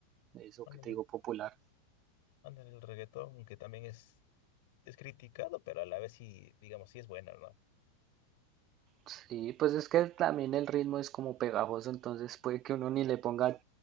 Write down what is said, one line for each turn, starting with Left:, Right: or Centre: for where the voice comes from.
Right: eso
Left: Ándale,
Right: que te digo popular.
Left: ándale, el reggaetón, aunque también es, es criticado, pero a la vez sí, digamos, sí es bueno, ¿no?
Right: Sí, pues es que también el ritmo es como pegajoso, entonces puede que uno ni le ponga